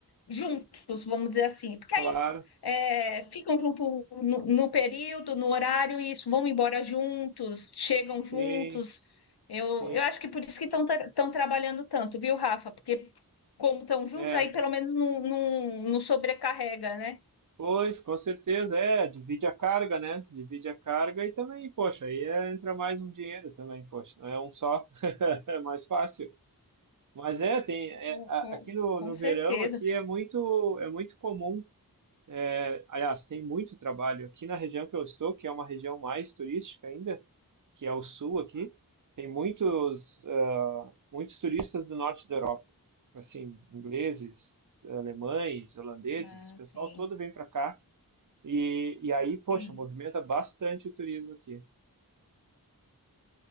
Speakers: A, on the left (about 80°); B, on the right (about 55°).
A: juntos, vamos dizer assim, porque
B: claro.
A: aí é, ficam junto no, no período, no horário, e isso, vão embora juntos, chegam juntos.
B: Sim,
A: Eu,
B: sim.
A: eu acho que por isso que estão estão trabalhando tanto, viu, Rafa? Porque como estão juntos,
B: É.
A: aí pelo menos não, não, não sobrecarrega, né?
B: Pois, com certeza, é, divide a carga, né? Divide a carga e também, poxa, aí é, entra mais um dinheiro também, poxa, não é um só, <laughs> é mais fácil. Mas é, tem, é,
A: Com,
B: a-
A: com,
B: aqui no,
A: com
B: no
A: certeza.
B: verão, aqui é muito, é muito comum É, aliás, tem muito trabalho. Aqui na região que eu estou, que é uma região mais turística ainda, que é o sul aqui, tem muitos, ah, muitos turistas do norte da Europa. Assim, ingleses, alemães, holandeses,
A: Ah,
B: o pessoal
A: sim,
B: todo vem para cá. E, e aí, poxa,
A: sim.
B: movimenta bastante o turismo aqui.